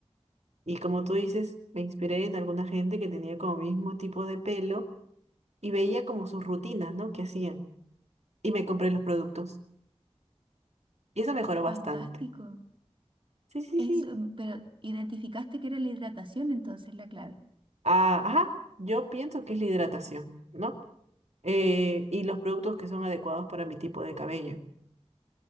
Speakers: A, on the right; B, on the right.
A: Y como tú dices, me inspiré en alguna gente que tenía como mismo tipo de pelo y veía como sus rutinas, ¿no? Que hacían. y me compré los productos. Y eso mejoró bastante.
B: Fantástico.
A: Sí, sí,
B: Eso,
A: sí.
B: mm, pero identificaste que era la hidratación entonces la clave.
A: Ah, ajá, yo pienso que es la hidratación, ¿no? Eh, y los productos que son adecuados para mi tipo de cabello.